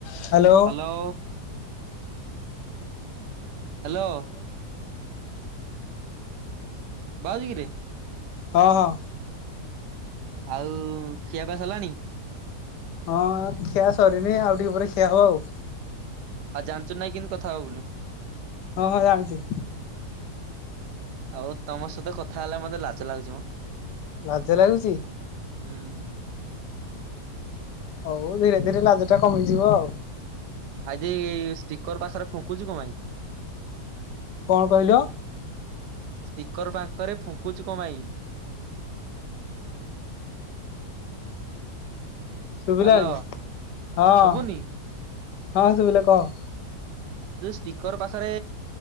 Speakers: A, on the left; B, on the right.
A: Hello
B: hello. Hello. ବାଇଗରେ।
A: ହଁ ହଁ।
B: ଆଉ ଖିଆ ପିଆ ସଲାଣି?
A: ହଁ ଖିଆ ସରିନି ଆଉ ଟିକେ ପରେ ଖିଆ ହବ ଆଉ।
B: ଆଉ ଜାଣିଚୁ ନାଇଁ କେମିତି କଥା ହବ ବୋଲି?
A: ହଁ ହଁ ଜାଣିଚି।
B: ଆଉ ତମ ସହିତ କଥା ହେଲେ ମତେ ଲାଜ ଲାଗୁଚି ମ।
A: ଲାଜ ଲାଗୁଚି?
B: ହୁଁ।
A: ହଉ ଧୀରେ ଧୀରେ ଲାଜ ଟା କମିଯିବ ଆଉ।
B: ଆଜି ସ୍ପିକର ପାଖରେ ଫୁଙ୍କୁଚୁ କଣ ପାଇଁ?
A: କଣ କହିଲ?
B: ସ୍ପିକର ପାଖରେ ଫୁଙ୍କୁଚୁ କ ପାଇଁ?
A: ଶୁଭିଲାଣି
B: ହ୍ୟାଲୋ
A: ହଁ ହଁ
B: ଶୁଭୁନି?
A: ଶୁଭିଲା କହ।
B: ଯୋ ସ୍ପିକର ପାଖରେ